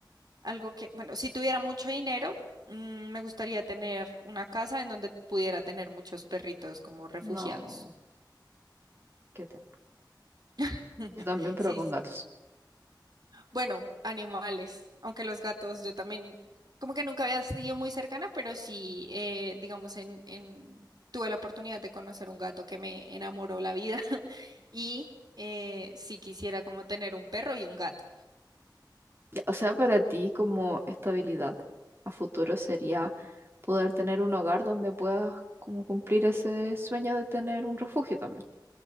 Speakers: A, on the right; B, on the right.
A: Algo que, bueno, si tuviera mucho dinero, mm, me gustaría tener una casa en donde pudiera tener muchos perritos como refugiados.
B: No, qué tierno.
A: <laughs>
B: Yo también, pero
A: Sí,
B: con
A: sí.
B: gatos.
A: Bueno, animales, aunque los gatos, yo también, como que nunca había sido muy cercana, pero sí, eh, digamos, en, en, tuve la oportunidad de conocer un gato que me enamoró la vida <laughs> y eh, sí quisiera como tener un perro y un gato.
B: Ya, o sea, para ti como estabilidad a futuro sería poder tener un hogar donde puedas como cumplir ese sueño de tener un refugio también.